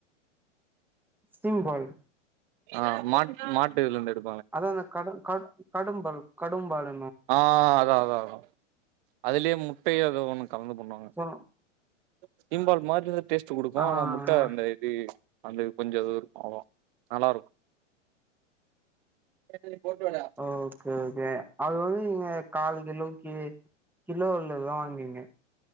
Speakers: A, in the centre; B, on the right.
A: சீம்பால்
B: ஆ மா மாட்டு இதுல இருந்து எடு
A: அதா க கடும்பால் கடும்பால்
B: ஆ அதா அதா அதா அதுலேயே முட்டயு எதோ ஒண்ணு கலந்து பண்ணுவாங்க
A: சோ
B: சீம்பால் மாரிதா டேஸ்ட் குடுக்கு
A: ஆ
B: ஆனா முட்ட
A: ஆ
B: அந்த இது அது கொஞ்ச இது இருக்கு அவ்ளோதா நல்லா இருக்கு என் போட்டுடே
A: அ ஓகே ஓகே அது வந்து நீங்க கால் கிலோக்கு கிலோ ஊள்ளதுதா வாங்குவீங்க